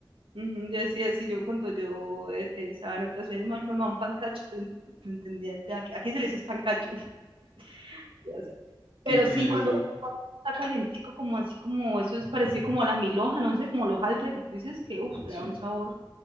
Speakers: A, on the right (about 85°); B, on the left (about 85°).
A: Ujú, yo decía, sí, yo cuando yo, eh, eh, estaba en otra ciudad, yo me formaba un pancacho, te te entendía, te aquí aquí se le dice es pancacho, <laughs> o sea, pero
B: Qué curioso.
A: sí, cuando cuando está calientico, como así como eso es parecido como a la milhoja, no sé, como los hojaldre que tú dices que, uf, le
B: Sí,
A: da un sabor